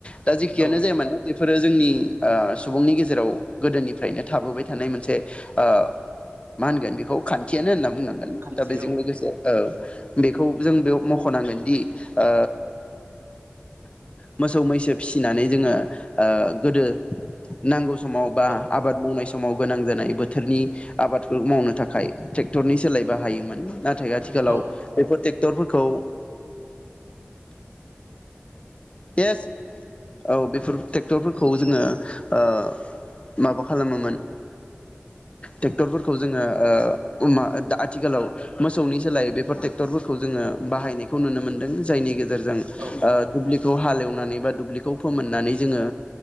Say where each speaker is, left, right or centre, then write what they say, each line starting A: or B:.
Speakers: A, on the left; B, on the right.
A: दा जेखियानो
B: औ
A: जाया मानोे बेफोरो जोंनि ओ सुबुंनि गेजे जेराव गोदोनिफ्रायनो थाबोबाय थानाय मोनसे ओ मा होनगोन बेखौ खान्थियानो होनना बुंनांगोन।
B: औ खान्थि
A: दा बेजों
B: औ
A: लोगोसे
B: नोंथां
A: ओ बेखौ जों बेयाव मख'नांगोन दि ओ मोसौ मैसो फिसिनानै जोङो ओ गोदो नांगौ समाव बा
B: औ
A: आबाद मावनाय स समाव गोनां जानाय बोथोरनि आबादखौ मावनो थाखाय ट्रेक्टरनि सोलाय बाहायोमोन। नाथाय आथिखालाव
B: औ
A: बेफोर टेक्टरफोरखौ येस। औ बेफोर ट्रेक्टरफोरखौ जोङो ओ माबा खालामोमोन।
B: <inaudible>
A: टेक्टरफोरखौ जोङो ओ ओमा आथिखालाव मोसौनि सोलाय बेफोर टेक्टरफोरखौ जोङो बाहायनायखौ नुनो मोनदों जायनि गेजेरजों ओ
B: औ
A: दुब्लि खौ हालेवनानै बा दुब्लिखौ फोमोननानै जोङो